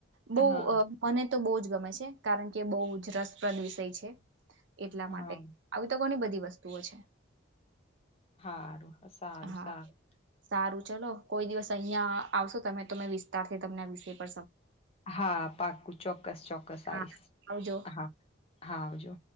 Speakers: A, on the right; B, on the left.
A: બહ
B: હા
A: મને બ જ ગમે છે કારણ કે બહ જ રસપ્રદ વિષય છે એટલા
B: હા
A: માટે આવી તો કોની બધી વસ્તુઓ છે
B: સારું સારું
A: હા
B: સારું
A: સારું ચલો કોઈ દિવસ અહિયાં આવશો તમે તોમે વિસ્તાર થી તમને વિષ પ
B: હા પાકું ચોક્કસ ચોક્કસ આ
A: હા
B: આવીશ
A: આવજો
B: હા હા આવજો